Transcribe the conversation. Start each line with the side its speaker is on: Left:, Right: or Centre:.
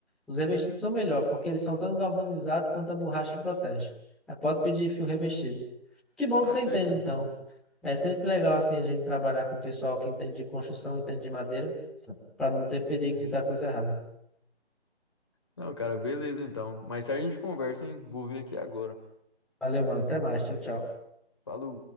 Centre: Os revestidos são melhor, porque eles são tanto galvanizados quanto a borracha protege. Aí pode pedir fio revestido. Que bom
Left: Ah,
Centre: que você
Left: fechou
Centre: entende, então.
Left: então, cara.
Centre: É sempre legal assim a gente trabalhar com o pessoal que entende de construção, entende de madeira, para não ter perigo
Left: É.
Centre: de dar coisa errada.
Left: Não, cara, beleza então. Mais tarde a gente conversa, hein? Vou ver aqui agora.
Centre: Valeu, mano. Até mais. Tchau, tchau.
Left: Falou.